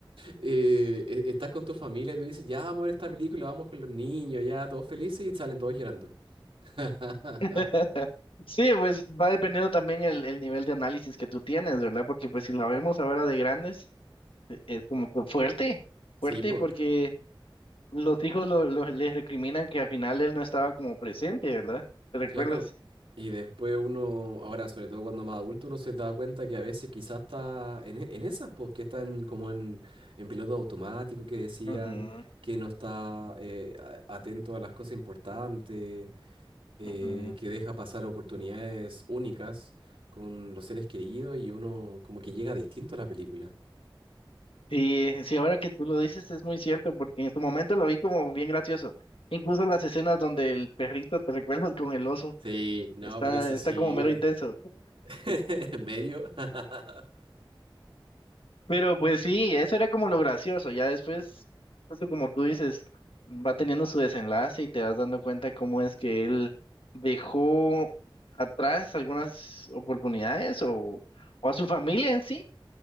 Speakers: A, on the right (about 85°); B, on the left (about 85°).
A: eh, e- estás con tu familia y tú dices, ya vamos a ver esta película, vamos con los niños, ya todos felices y salen todos llorando. <laughs>
B: <laughs> Sí, pues va dependiendo también el, el nivel de análisis que tú tienes, ¿verdad? Porque pues si la vemos ahora de grandes, e- es como que fuerte, fuerte,
A: Sí, pues.
B: porque los hijos lo, lo- les recriminan que al final él no estaba como presente, ¿verdad? ¿Te recuerdas?
A: Claro, y después uno, ahora sobre todo cuando más adulto, uno se da cuenta que a veces quizás está en, e- en esas, pues que están como en, en piloto automático, que decían
B: Ujú,
A: que no está eh, a- atento a las cosas importantes, eh,
B: ujú.
A: que deja pasar oportunidades únicas con los seres queridos y uno como que llega distinto a la película.
B: Sí, sí, ahora que tú lo dices es muy cierto, porque en su momento lo vi como bien gracioso. Incluso las escenas donde el perrito te recuerdas con el oso,
A: Sí, no,
B: está,
A: pero eso
B: está
A: sí,
B: como mero intenso.
A: <laughs> medio. <laughs>
B: Pero pues sí, eso era como lo gracioso. Ya después, justo como tú dices, va teniendo su desenlace y te vas dando cuenta cómo es que él dejó atrás algunas oportunidades o, o a su familia en sí